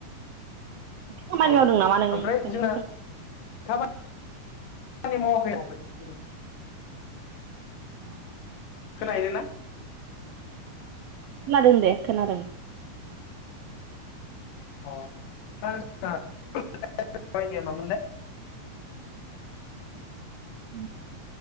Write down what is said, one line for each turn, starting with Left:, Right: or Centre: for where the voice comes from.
Right: खामानि
Left: औ औ
Right: मावदों
Left: ओमफ्राय
Right: नामा नोङो खोनादों
Left: जोंना <inaudible> खामानि मावाखै मावाखै जेबो
Right: औ
Left: खोनाहैदों ना?
Right: खोनादों दे खोनादों
Left: अ <inaudible> <inaudible> दाया मामोनलाय?
Right: <unintelligible>